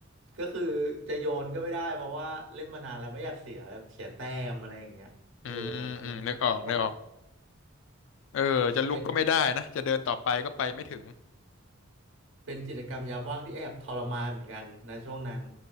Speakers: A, on the right (about 65°); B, on the left (about 65°).
A: ก็คือจะโยนก็ไม่ได้เพราะว่าเล่นมานานแล้วไม่อยากเสียแบบเสียแต้มอะไรอย่างเงี้ยเออตอนนั้น
B: อืมอืมนึกออกนึกออก
A: ก็ต้อง
B: เออจะลุกก็ไม่ได้นะ
A: เป็น
B: จะเดินต่อไปก็ไปไม่ถึง
A: เป็นกิจกรรมยามว่างที่แอบทรมานเหมือนกันนะช่วงนั้น